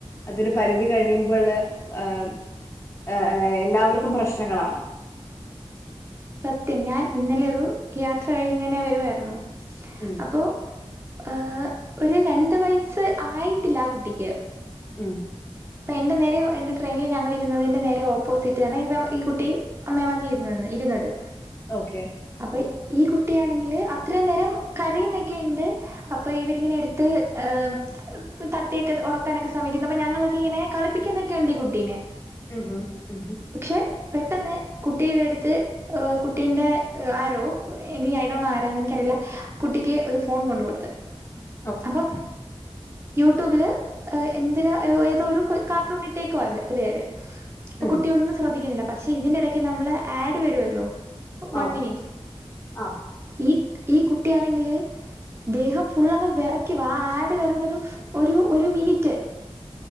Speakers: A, on the left; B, on the right.
A: അതൊരു പരിധി കഴിയുമ്പോള് ആഹ് ഏഹ് എല്ലാവർക്കും പ്രശ്നങ്ങളാണ്
B: സത്യം ഞാൻ ഇന്നലെ ഒരു യാത്ര കഴിഞ്ഞിങ്ങനെ വരുവായിരുന്നു
A: ഉം
B: അപ്പൊ ആഹ് ഒരു രണ്ട് വയസ്സ് ആയിട്ടില്ല ആ കുട്ടിക്ക്
A: ഉം
B: അപ്പോ എൻ്റെ നേരെയൊ എൻ്റെ ട്രെയിനിൽ ഞങ്ങളിരുന്നതിൻ്റെ നേരെ ഓപ്പോസിറ്റാണ് ഇപ്പം ഈ കുട്ടി അമ്മേം വന്ന് ഇരുന്നത് ഇരുന്നത്
A: ഓക്കെ
B: അപ്പോ ഈ കുട്ടിയാണെങ്കിൽ അത്രയും നേരം കരയ്ന്നൊക്കെയിണ്ട് അപ്പൊ ഇവരിങ്ങനെ എടുത്ത് ഏഹ് തട്ടിയൊക്കെ ഉറക്കാനൊക്കെ ശ്രമിക്കുന്ന് അപ്പൊ ഞങ്ങളൊക്കെ ഇങ്ങനെ കളിപ്പിക്കുന്നൊക്കെ ഇണ്ട് ഈ കുട്ടീനെ
A: ഉം ഉം ഉം ഉം
B: പക്ഷെ പെട്ടെന്ന് കുട്ടിയുടെ എടുത്ത് കുട്ടീന്റെ ആരോ ഇനി ഐ ഡോൻ നോ ആരാന്ന് എനിക്കറിയില്ല കുട്ടിക്ക് ഒരു ഫോൺ കൊണ്ട് കൊടുത്ത്
A: <unintelligible>
B: അപ്പം യൂട്യൂബില് എന്തരോ ഏതോരു കാർട്ടൂണി ട്ടിക്കാ ഇവര് ഇപ്പോ
A: ഉം
B: കുട്ടി ഒന്നും ശ്രദ്ധിക്കുന്നില്ല പക്ഷേ ഇതിന്റെ എടേക്ക് നമ്മളെ ആഡ് വ വരുല്ലോ വൺ
A: ആഹ്
B: മിനിറ്റ്
A: ആഹ്
B: ഈ ഈ കുട്ടിയാണെങ്കിൽ ദേഹം ഫുള്ളങ്ങ് വെറയ്ക്കുവാ ആ ആഡ് വരുന്നൊരു ഒരു ഒരു മിനിറ്റ്